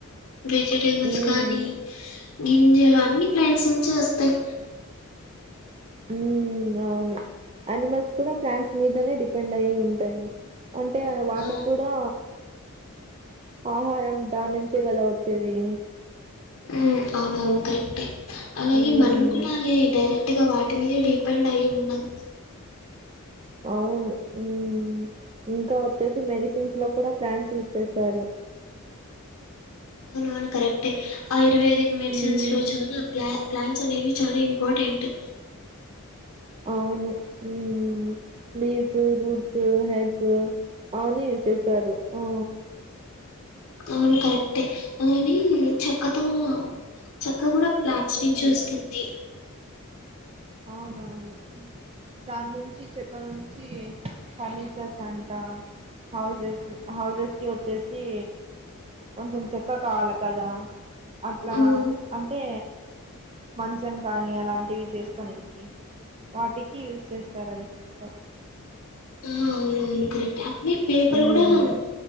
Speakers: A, on the left (about 80°); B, on the right (about 25°).
A: వెజిటేబుల్స్
B: మ్మ్
A: కానీ గింజలు అన్ని ప్లాంట్స్ నుంచే వస్తయి
B: బ్లాంక్ ఉమ్మ్ ఔను యనిమల్స్ కూడా ప్లాంట్స్ మీదనే డిపెండ్ అయి ఉంటాయి అంటే ఎ వాటిక్
A: ఆ
B: కూడా ఆహారం దాన్ నించే గదా వచ్చేదీ
A: హ్మ్మ్ ఔవ్ ఔను కరెక్టే అలాగే
B: మ్మ్
A: మనమ్ కూడా అలే డైరేట్ ఇక వాట్ మీద్ డిపెండ్ అయి ఉన్నం
B: ఔను ఉమ్ ఇంకా వచ్చేసి మెడిసేన్ స్ లో కూడా ప్లాంట్స్ యూస్ చేస్తారు బ్లాంక్
A: ఔన్ ఔను కరక్టే Ayurvedic మెడ్
B: మ్మ్
A: సిన్ స్ లో చోన ప్లా ప్లాంట్స్ అనేవి చాలా ఇంపొటెంటు
B: ఔను ఉమ్ లీవ్ సు రూట్ సు హెబ్ సు ఉ ఆ వన్ని యూస్ చేస్తారు ఆ
A: ఔను కరక్టే అలానే చెక్కతో ఓ చెక్క గుడాక్ ప్లాంట్స్
B: మ్మ్
A: నించే ఓస్తుంది
B: ఔన్ ఔవును దాన్ నుంచి చెక్క నుంచి ఈ ఫర్ నిచర్స్ అంట హౌజెస్ సు హౌజేస్ కి ఓచ్చేసి కొంచమ్ చెక్క కావాల కదా అట్లా
A: ఉమ్
B: అంటే మంచం కానీ అలాంటివి చేస్ పనికి వాటికి యూస్ చేస్తరు అవి చెక్క
A: ఔన్ ఔవున్ కరక్ట్ అట్ నే పేపర్
B: ఉమ్,
A: గూడ మ్